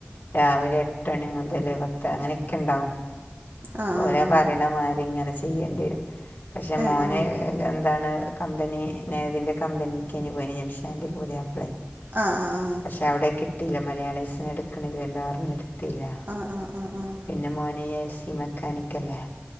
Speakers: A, on the left; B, on the right.
A: രാവിലെ എട്ട് മണി മുതൽ പത്ത് അങ്ങനെയൊക്കെണ്ടാവും
B: ആഹ്
A: ഓരാ
B: ആഹ് ആഹ്
A: പറയണമാരി ഇങ്ങനെ ചെയ്യേണ്ടേരും പക്ഷെ
B: ഏഹ്
A: മോന്
B: ഏഹ്
A: എന്താണ് കമ്പനി നേവിന്റ കമ്പനിക്കെനി പോയിനിയത് ജംഷന്റെ പുതിയാപ്പിള
B: ആഹ് ആഹ് ആഹ്
A: പക്ഷേ അവിടെ കിട്ടിയില്ല മലയാളീസനെ എടുക്കണില്ല ല്ലോ പറഞ്ഞ് അവ്ടെ ഇടുത്തില
B: ആഹ് ആഹ് ആഹ് ആഹ് ആഹ്
A: പിന്നെ മോന് എ സി മെക്കാനിക്കല്ലേ